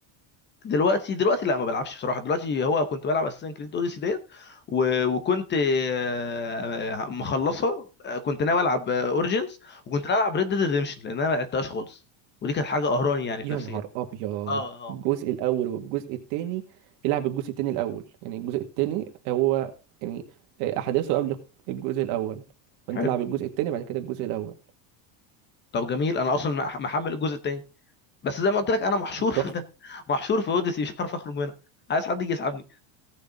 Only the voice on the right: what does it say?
يا
نهار ابيض
الجزء
الاول والجزء التاني العب الجزء التاني الاول يعني الجزء التاني هو يعني آه، احداثه قبل الجزء الاول
فانت العب الجزء التاني بعد كده الجزء الاول
تحفه